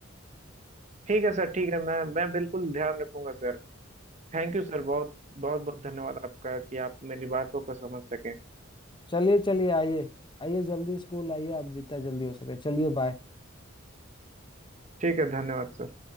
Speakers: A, on the right (about 35°); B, on the left (about 25°).
A: ठीक है सर ठीक है मैं मैं बिल्कुल ध्यान रखूंगा सर थैंक यू सर बहुत बहुत बहुत धन्यवाद आपका कि आप मेरी बातों को समझ सके
B: चलिए चलिए आइए आइए जल्दी स्कूल आइए आप जितना जल्दी हो सके चलिए बाय
A: ठीक है धन्यवाद सर